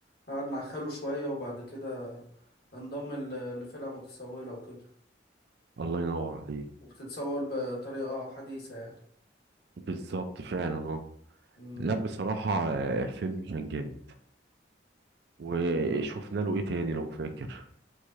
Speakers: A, on the left; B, on the right.
A: قعد مع خاله شوية وبعد كده انضم ل- لفرقة متسولة وكده
B: الله ينور عليك
A: وبتتصور بطريقة حديثة يعني
B: بالظبط فعلا اه
A: امم
B: لا بصراحة آه، الفيلم كان جامد وشفنا
A: امم
B: له ايه تاني لو فاكر